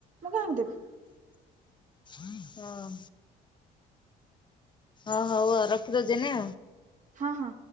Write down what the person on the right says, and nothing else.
ମୁଁ କାହିଁକି ଦେବି।
ହଁ ହଁ।